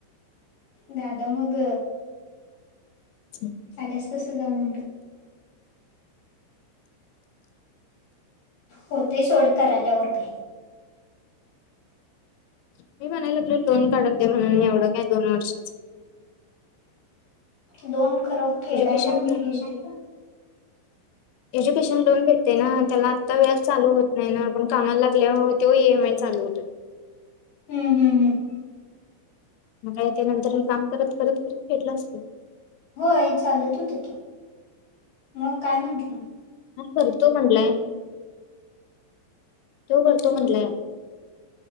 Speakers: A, on the left; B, on the left.
A: दादा मग
B: ह <inaudible>
A: आल्या्या तस अस म्हण होतय सोड क आल्यावर काय
B: <inaudible> मी म्हणायला लागल लोन काढून दे म्हणून. एवढं का दोन वर्षाच.
A: लोन परत फेडायला
B: एज्युकेशन
A: आणि <unintelligible>
B: एज्युकेशन लोन भेटतय ना त्याला आत्ता व्याज चालू होत नाही ना आपण कामाला लागल्या तेव्हा ई एम आय चालू होतात.
A: हम्म हम्म हम्म
B: मग काय ते नंतर हे काम करत करत करत फेडलं असत.
A: होय चालत होत की मग काय म्हटलं
B: हा भरतो म्हणलाय
A: म
B: तो करतो म्हटलाय